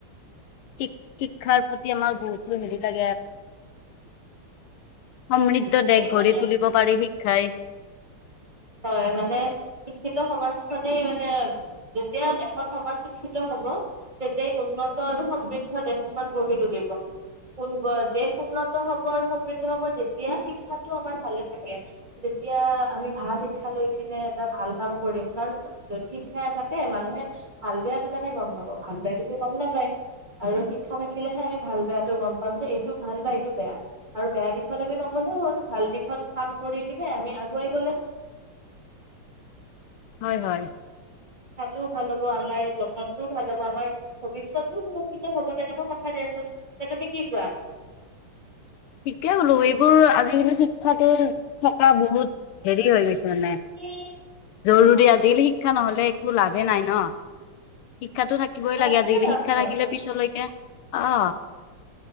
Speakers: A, on the left (about 80°); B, on the right (about 20°).
A: শিক্ষ-শিক্ষাৰ প্ৰতি আমাক বহুতো নিদ লাগে সমৃদ্ধ
B: এইটোয়ে
A: দেশ
B: মানে
A: গঢ়ি তুলিব পাৰি শিক্ষাই।
B: হয় মানে, শিক্ষিত সমাজখনেই মানে যেতিয়া এখন সমাজ শিক্ষিত হব তেতিয়াই উন্নত আৰু সমৃদ্ধ দেশ এখন গঢ়ি তুলিব, কোন দেশ উন্নত হব আৰু সমৃদ্ধ হব যেতিয়া শিক্ষাটো আমাৰ ভালে থাকে যেতিয়া আমি ভাল শিক্ষা লৈ কিনে এটা ভাল কাম কৰিম কাৰণ যদি শিক্ষা নাথাকে, মানুহে ভাল-বেয়া কেনেকে গম পাব? ভাল বেয়াটোতো গম নোপায়, আৰু শিক্ষা থাকিলেহে আমি ভাল-বেয়াটো গম পাম যে এইটো ভাল বা এইটো বেয়া, আৰু বেয়া দিশত আমি নগলে হ'ল ভাল দিশত কাম কৰি কিনে আমি আগুৱাই গলে
A: হয়-হয়
B: শিক্ষাটোও ভাল হব আমাৰ গঠনটোও ভাল হব আমাৰ ভৱিষ্যতও সুৰক্ষিত হব তেনেকুৱা কথা দিয়াচোন। তে তুমি কি কোৱা?
A: ঠিকে বোলো এইবোৰ আজি কিন্তু ঠিক থাক থকা বহুত হেৰি হৈ গৈছে মানে
B: উম
A: জৰুৰী আজিকালি শিক্ষা নহলে একো লাভে নাই ন? শিক্ষাতো থাকিবই
B: অ'
A: লাগে
B: একোৱে
A: আজিকালি,
B: লাভ
A: শিক্ষা
B: নাই।
A: থাকিলে পিছলৈকে অ